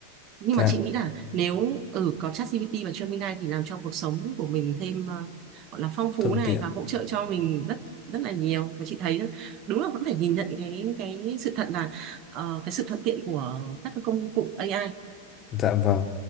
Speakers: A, on the right (about 30°); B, on the left (about 25°).
A: nhưng
B: dạ,
A: mà chị nghĩ là nếu ở có ChatGPT và Gemini thì làm cho cuộc sống của mình thêm ờ, gọi là phong phú
B: thuận
A: này
B: tiện,
A: và hỗ trợ cho mình rất rất là nhiều và chị thấy đúng là vẫn phải nhìn nhận cái cái sự thật là ờ, cái sự thuận tiện của các cái công cụ AI
B: dạ vâng.